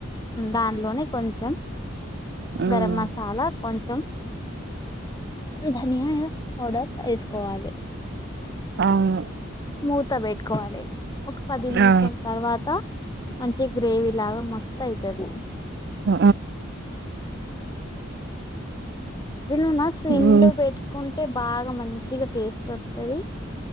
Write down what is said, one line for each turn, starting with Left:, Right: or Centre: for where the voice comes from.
Left: దానిలోనే కొంచెం
Right: మ్మ్
Left: గరం మసాలా కొంచెం ధనియా పౌడర్ వేసుకోవాలి
Right: అవును
Left: మూత పెట్టుకోవాలి ఒక పది నిమిషలా
Right: ఆ
Left: తర్వాత మంచి గ్రేవీ లాగా మస్తు అయితది
Right: ఆ
Left: ఇది నా స్మ్
Right: మ్మ్
Left: లో పెట్టుకుంటే బాగా మంచిగా టేస్ట్ ఓత్తది